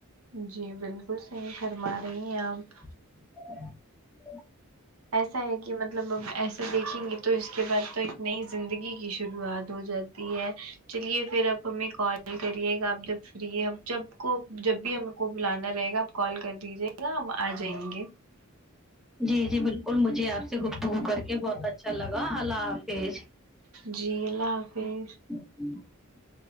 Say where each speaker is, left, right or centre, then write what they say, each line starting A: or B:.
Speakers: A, on the right (about 85°); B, in the centre.
A: جی بالکل صحیح فرما رہی ہیں آپ
B: <inaudible>
A: ایسا ہے کہ مطلب اب ایسا دیکھیں گے تو اس کے بعد تو ایک نئی زندگی کی شروعات ہو جاتی ہے چلیے پھر آپ ہمیں کال کریے گا آپ جب فری جب کو جب بھی ہم کو بلانا رہے گا آپ کال کر دیجیے گا ہم آ جائیں گے
B: جی جی بالکل مجھے آپ سے گفتگو کر کے بہت اچھا لگا اللہ حافظ
A: جی اللہ حافظ
B: <unintelligible>